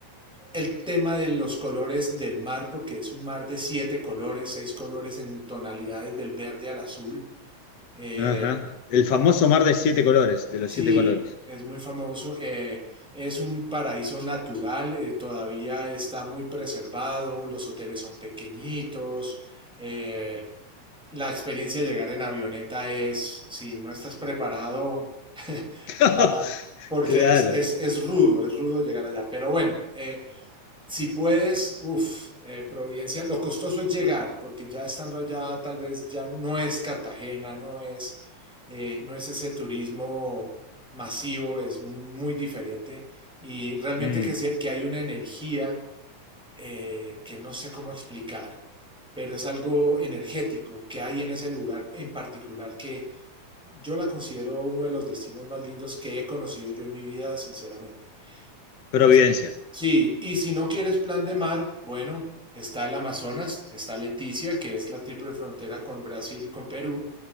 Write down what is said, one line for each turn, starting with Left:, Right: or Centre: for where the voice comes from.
Centre: el tema de los colores del mar, porque es un mar de siete colores, seis colores en tonalidades del verde al azul. Eh,
Left: ajá. El famoso mar de siete colores, de los
Centre: sí,
Left: siete colores.
Centre: es muy famoso. eh, es un paraíso natural, eh, todavía está muy preservado, los hoteles son pequeñitos, eh, la experiencia de llegar en avioneta es, si no estás preparado <laughs>
Left: <laughs>
Centre: para, porque
Left: Claro.
Centre: es, es, es rudo, es rudo llegar allá. Pero bueno, eh, si puedes, uff, eh, Providencia, lo costoso es llegar, porque ya estando allá tal vez ya no es Cartagena, no es, eh, no es ese turismo masivo, es muy, muy diferente y realmente
Left: Mm,
Centre: que, se- que hay una energía eh, que no sé cómo explicar, pero es algo energético que hay en ese lugar en particular que yo la considero uno de los destinos más lindos que he conocido yo en mi vida, sinceramente. Eso.
Left: Providencia.
Centre: Sí, y si no quieres plan de mar, bueno, está el Amazonas, está Leticia, que es la triple frontera con Brasil y con Perú.